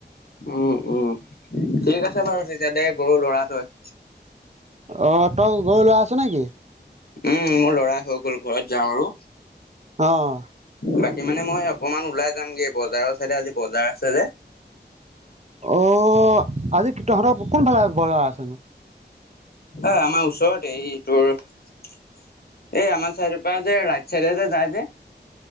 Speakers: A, on the left; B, on the right.
A: উম উম ঠিক আছে বাৰু তেতিয়া দে গৰু লৰাটোৱ <inaudible>
B: অ তই গৰু লোৱা আছ নেকি?
A: উম মোৰ লৰাই হৈ গ'ল ঘৰত যাম আৰু।
B: আহ।
A: বাকী মানে মই অকমান ওলাই যামগে বজাৰৰ চাইডে আজি বজাৰ আছে যে।
B: অ আজি তহঁতৰক কোনফালে বজাৰ আছেনো?
A: অ আমাৰ ওচৰতে এই টোৰ এই আমাৰ চাইড পৰা যে ৰাই চাইড যে যায় যে।